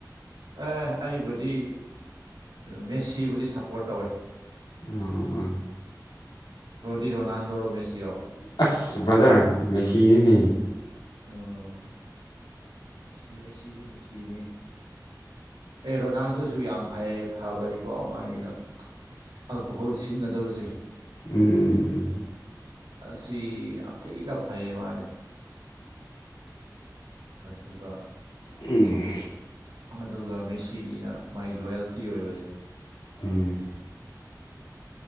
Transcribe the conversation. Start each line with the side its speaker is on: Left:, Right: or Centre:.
Right: ꯑꯦ ꯑꯩꯕꯨꯗꯤ ꯃꯦꯁꯤꯕꯨꯗꯤ ꯁꯞꯄꯣꯔꯠ ꯇꯧꯋꯦ
Left: ꯑꯣ
Right: ꯣꯗꯤ ꯔꯣꯅꯥꯜꯗꯣ ꯔꯣꯃꯦꯁꯤꯔꯣ
Left: ꯑꯁ ꯕ꯭ꯔꯗꯔ ꯃꯦꯁꯤꯅꯤꯅꯦ
Right: ꯎꯝ ꯑꯣ ꯃꯦꯁꯤ ꯃꯦꯁꯤꯁꯨ ꯅꯨꯡꯁꯤꯕꯅꯤ ꯑꯦ ꯔꯣꯅꯥꯜꯗꯣꯁꯨ ꯌꯥꯝ ꯐꯩꯌꯦ ꯐꯕꯗꯤꯀꯣ ꯃꯥꯒꯤꯅ ꯑꯜꯀꯣꯍꯣꯜ ꯁꯤꯖꯤꯟꯅꯗꯕꯁꯦ
Left: ꯎꯝ
Right: ꯁꯤ ꯌꯥꯝꯊꯤꯅ ꯐꯩꯌꯦ ꯃꯥꯅꯦ ꯑꯗꯨꯒ
Left: ꯎꯝ
Right: ꯑꯗꯨꯒ ꯃꯦꯁꯤꯒꯤꯅ ꯃꯥꯏ ꯂꯣꯌꯦꯜꯇꯤ ꯑꯣꯏꯕꯁꯦ
Left: ꯎꯝ <unintelligible>